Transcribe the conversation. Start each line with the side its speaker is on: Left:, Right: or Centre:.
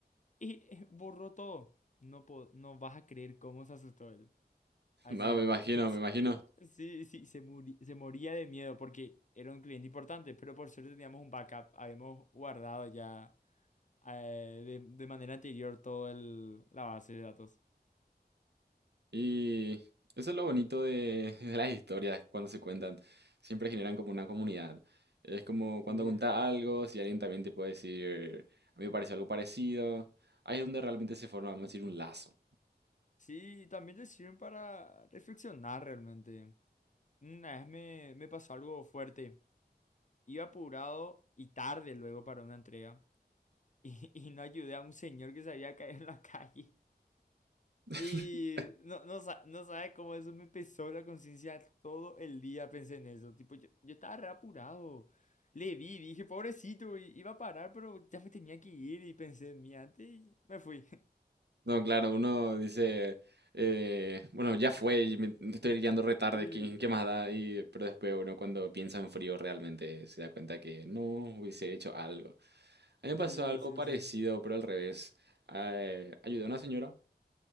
Left: y <laughs> eh, borró todo. No, po- no vas a creer cómo se asustó él. Así,
Right: No, me imagino,
Left: <laughs> es-
Right: me imagino.
Left: sí, sí, se muri- se moría de miedo porque era un cliente importante, pero por suerte teníamos un backup, habíamos guardado ya eh, de, de manera anterior todo el, la base de datos.
Right: Y eso es lo bonito de, <laughs> de las historias cuando se cuentan, siempre generan como una comunidad. Es como cuando
Left: Sí,
Right: contás algo, si alguien también te puede decir, a mí me pareció algo parecido, ahí es donde realmente se forma, vamos a decir, un lazo.
Left: sí, y también te sirven para reflexionar realmente. Una vez me, me pasó algo fuerte. Iba apurado y tarde luego para una entrega <laughs> y, y no ayudé a un señor que se había caído en la calle.
Right: <laughs>
Left: Y no, no, sa- no sabe cómo eso me pesó la conciencia todo el día, pensé en eso. Tipo, yo, yo estaba re apurado. Le vi, dije, pobrecito, i- iba a parar, pero ya me tenía que ir y pensé en mí antes y me fui. <laughs>
Right: No, claro, uno dice, eh, bueno, ya fue, y me- me estoy guiando re tarde,
Left: Sí,
Right: ¿qué, qué más da? Y, pero después uno cuando piensa en frío realmente se da cuenta que no hubiese hecho algo. A mí me pasó
Left: sí,
Right: algo
Left: sí,
Right: parecido,
Left: sí.
Right: pero al revés. Eh, ayudé a una señora